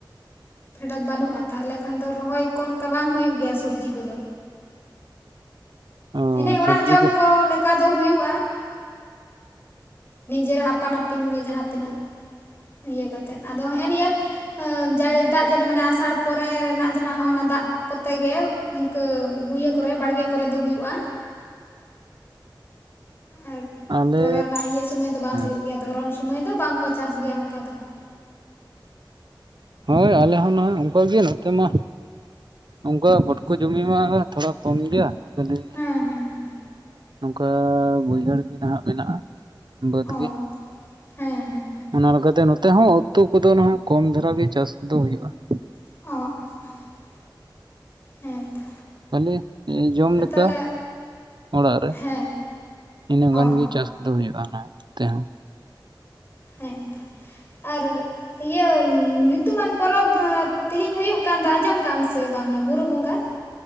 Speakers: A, on the left; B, on the right.
A: ᱯᱷᱮᱰᱟᱛ ᱵᱟᱹᱱᱩᱜᱼᱟ ᱛᱟᱦᱚᱞᱮ ᱠᱷᱟᱱ ᱫᱚ ᱨᱚᱦᱚᱭ ᱠᱚ ᱚᱱᱠᱟ ᱵᱟᱝ ᱦᱩᱭᱩᱜ ᱜᱮᱭᱟ ᱥᱚᱵᱽᱡᱤ ᱠᱚᱫᱚ᱾
B: ᱚ
A: ᱮᱱᱮ ᱚᱲᱟᱜ
B: ᱥᱚᱵᱽᱡᱤ
A: ᱡᱚᱢ ᱠᱚ ᱞᱮᱠᱟ ᱫᱚ ᱦᱩᱭᱩᱜᱼᱟ᱾ ᱱᱤᱡᱮᱨᱟᱜ ᱟᱯᱟᱱ ᱟᱹᱯᱤᱱ ᱜᱮ ᱡᱟᱦᱟᱸ ᱛᱤᱱᱟᱹᱜᱼᱼ ᱤᱭᱟᱹ ᱠᱟᱛᱮᱫ ᱟᱫᱚ ᱦᱮᱸᱜᱼᱮ ᱱᱤᱭᱟᱹ ᱡᱟᱲᱮᱼᱼ ᱫᱟᱜ ᱡᱟᱹᱲᱤ ᱢᱟᱱᱮ ᱟᱥᱟᱲ ᱯᱚᱨᱮ ᱨᱮᱱᱟᱜ ᱡᱟᱦᱟᱸ ᱚᱱᱟ ᱫᱟᱜᱼᱼ ᱠᱚᱛᱮ ᱜᱮ ᱤᱱᱠᱟᱹ ᱤᱭᱟᱹ ᱠᱚᱨᱮ ᱵᱟᱲᱜᱮ ᱠᱚᱨᱮ ᱫᱚ ᱦᱩᱭᱩᱜᱼᱟ ᱾
B: <unintelligible>
A: ᱟᱨ
B: ᱟᱞᱮ
A: ᱯᱚᱨᱮ ᱚᱱᱟ ᱤᱭᱟᱹ ᱥᱚᱢᱚᱭ ᱫᱚ ᱵᱟᱝ
B: ᱦᱮᱸ
A: ᱦᱩᱭᱩᱜ ᱜᱮᱭᱟ, ᱫᱷᱚᱨᱚᱱ ᱥᱚᱢᱟᱹᱭ ᱫᱚ ᱵᱟᱝᱠᱚ ᱪᱟᱥ ᱜᱮᱭᱟ ᱚᱱᱠᱟ ᱫᱚ ᱾
B: ᱦᱳᱭ ᱟᱞᱮ ᱦᱚᱸ ᱱᱚᱜ-ᱚᱭ ᱚᱱᱠᱟ ᱜᱮ ᱱᱚᱛᱮ ᱢᱟ, ᱚᱱᱠᱟ ᱜᱚᱴᱠᱚ ᱡᱚᱢᱤ ᱢᱟ ᱛᱷᱚᱲᱟ ᱠᱚᱢ ᱜᱮᱭᱟ, ᱠᱷᱟᱹᱞᱤ
A: ᱦᱮᱸ ᱦᱮᱸ ᱦᱮᱸ
B: ᱱᱚᱝᱠᱟ ᱵᱟᱹᱭᱦᱟᱹᱲ ᱜᱮ ᱱᱟᱦᱟᱸᱜ ᱢᱮᱱᱟᱜᱼᱟ ᱾ ᱵᱟᱹᱫ
A: ᱚ
B: ᱜᱮ
A: ᱦᱮᱸ ᱦᱮᱸ ᱦᱮᱸ
B: ᱚᱱᱟ ᱞᱮᱠᱟᱛᱮ ᱱᱚ ᱛᱮᱦᱚᱸ ᱩᱛᱩ ᱠᱚᱫᱚ ᱱᱟᱦᱟᱜ ᱠᱚᱢ ᱫᱷᱟᱨᱟ ᱜᱮ ᱪᱟᱥ ᱠᱚᱫᱚ ᱦᱩᱭᱩᱜᱼᱟ ᱾
A: <unintelligible> ᱦᱮᱸ ᱛᱚ
B: ᱟᱞᱮ ᱡᱚᱢ
A: ᱟᱨ
B: ᱞᱮᱠᱟ
A: ᱛᱟᱦᱚᱞᱮ
B: ᱚᱲᱟᱜ ᱨᱮ
A: ᱦᱮᱸ
B: ᱤᱱᱟᱹ ᱜᱟᱱ
A: ᱚ
B: ᱜᱮ ᱪᱟᱥ ᱠᱚᱫᱚ ᱦᱩᱭᱩᱜᱼᱟ ᱱᱚᱛᱮ ᱦᱚᱸ ᱾ <unintelligible>
A: ᱦᱮᱸ ᱛᱚ ᱟᱨ ᱤᱭᱟᱹ ᱧᱩᱛᱩᱢᱟᱱ ᱯᱚᱨᱚᱵᱽ ᱛᱮᱦᱮᱧ ᱦᱩᱭᱩᱜ ᱠᱟᱱ ᱫᱚ ᱟᱸᱡᱚᱢ ᱠᱟᱜ ᱟᱢ ᱥᱮ ᱵᱟᱝ ᱵᱩᱨᱩ ᱵᱚᱸᱜᱟ?